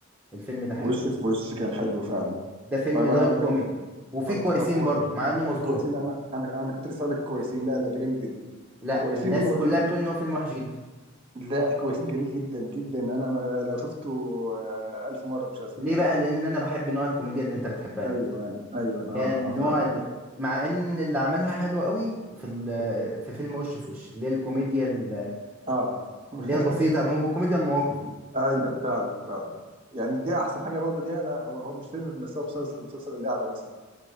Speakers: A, in the centre; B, on the right (about 25°).
A: الفيلم ده حلو
B: وش
A: قوي
B: في وش كان حلو فعلا
A: ده فيلم
B: طيب
A: لايت
B: انا اقول
A: كوميدي
B: لك
A: وفيه
B: طب
A: كويسين
B: طب و...
A: برضه مع انه مظلوم
B: كويسين انا انا انا كنت لسه اقول لك كويسين لا لا ده جامد جدا
A: لا
B: كويسين
A: الناس
B: و...
A: كلها بتقول ان هو فيلم وحش جدا
B: لا كويسين جميل جدا جدا انا م- لو شفته آه، ألف مرة مش هزهق
A: ليه بقى لان انا بحب نوع الكوميديا اللي انت بتحبها
B: ايوه
A: دي
B: ايوه أيوه. اه
A: يعني نوع
B: اه فعلا
A: ال... مع ان اللي عملها حلو قوي في ال... في فيلم وش في وش اللي هي الكوميديا ال-
B: اه <laughs>
A: اللي هي البسيطه مو- كوميديا المواقف دي
B: ايوه فعلا فعلا يعني دي احسن حاجه برضه ليها لا هو هو مش فيلم بس هو مسلسل مسلسل اللعبه مثلا